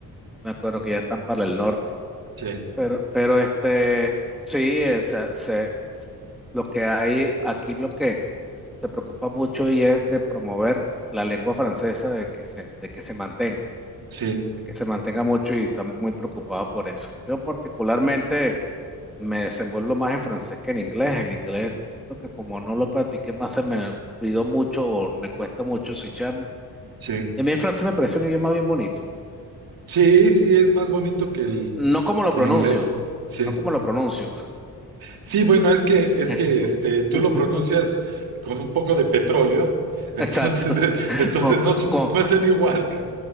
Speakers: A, in the centre; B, on the right.
A: No Me acuerdo que ya están para el norte.
B: Sí,
A: Pero, pero este, sí, o sea, se, lo que hay aquí, lo que se preocupa mucho y es de promover la lengua francesa, de que se, de que se mantenga,
B: sí,
A: de que se mantenga mucho y están muy preocupados por eso. Yo particularmente me desenvuelvo más en francés que en inglés. El inglés, lo que como no lo practiqué más, se me olvidó mucho o me cuesta mucho switcharme.
B: sí.
A: Y a mí el francés me parece un idioma bien bonito.
B: Sí, sí, es más bonito que el,
A: No como lo
B: que
A: pronuncio,
B: el inglés. Sí.
A: no como lo pronuncio.
B: Sí, bueno, es que, es
A: <laughs>
B: que este, tú lo pronuncias con un poco de petróleo, entonces,
A: Exacto,
B: <laughs>
A: <laughs>
B: entonces
A: con,
B: no, su-
A: con-
B: no es en igual. ca-